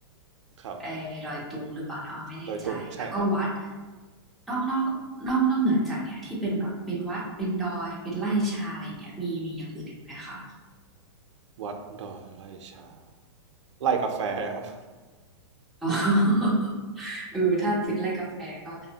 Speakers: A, on the right; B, in the centre.
A: ครับ
B: เออดอยตุงหรือเปล่านะออยไม่แน่ใจแล้วก็วัด
A: ดอยตุงใช่ครับ
B: นอกนอกนอกนอกเหนือจากเนี้ยที่เป็นแบบเป็นวัดเป็นดอยเป็นไร่ชาอะไรอย่างเงี้ยมีมีอย่างอื่นอีกไหมคะ
A: วัดดอยไร่ชาไร่กาแฟครับ
B: อ๋อ <laughs> เออถ้าเป็นไร่กาแฟก็